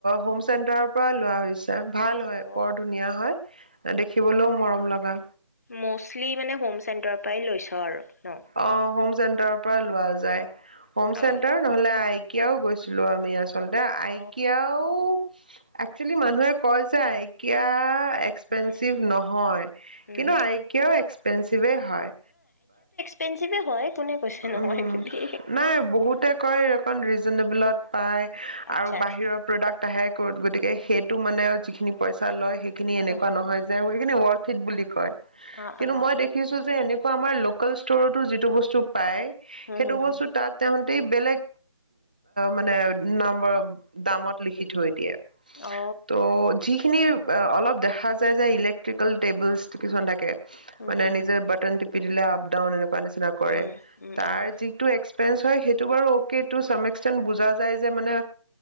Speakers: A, on the right; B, on the left.
A: হোম চেণ্টাৰৰ পৰা লোৱা হৈছে। ভাল হয়
B: অ
A: বৰ ধুনীয়া হয় দেখিবলৈও মৰম লগা।
B: ম'ষ্টলী মানে হোম চেণ্টাৰৰ পৰাই লৈছ আৰু। ন
A: অ' হোম চেণ্টাৰৰ পৰা লোৱা যায় হোম চেণ্টাৰ
B: অ
A: নহলে আ কিয় গৈছিলো আমি আচলতে। আচলতে আয়কিয়াও।
B: অ
A: একচুৱেলি মানুহে কয় যে আয়কিয়া। এক্সপেঞ্চিভ
B: উম
A: নহয়
B: উম
A: কিন্তু
B: হম
A: আয়কিয়াও। পেঞ্চ পেঞ্চিভে হয়।
B: একপেঞ্চিভে হয়। কোনে কৈছে নহয়
A: উম
B: বুলি
A: নাই বহুতে কয় অকণ। ৰিজন তেবুলত। পায়
B: আচ্ছা
A: আৰু বাহিৰৰ
B: আচ্ছা
A: প্ৰডাক্ট আহে। গতিকে সেইটো মানে আৰু যিখিনি পইচা লয়। সেইখিনি এনেকোৱা
B: হা হা
A: নহয় যে সেইখিন ৱৰ্ড ঠিক বুলি কয়।
B: অ
A: কিন্তু
B: অ অ
A: মই দেখিছো যে এনেকোৱা। আমাৰ লোকেল ষ্ট'ৰতো যিটো বস্তু। পায়।
B: হুম
A: সেইটো
B: হুম
A: বস্তু
B: হুম
A: তাত তেওঁ। গোটেই বেলেগ মানে নম্বৰ দামত লিখি থৈ দিয়ে।
B: অ
A: ত' যিখিনি। অলপ দেখা যায় যে ইলেক্ট্ৰিকেল টেবুলছ কিছুমান থাকে্
B: হুম
A: মানে
B: হুম হুম
A: নিজৰ বটন টিপ পি দিলে আপ ডাউন এনে নিচিনা কৰে।
B: উম উম
A: তাৰ
B: উম
A: যিটো এক পেঞ হয় সেইতো বাৰু অকে তো চামএকচেন্ট বুজা যায় যে মানে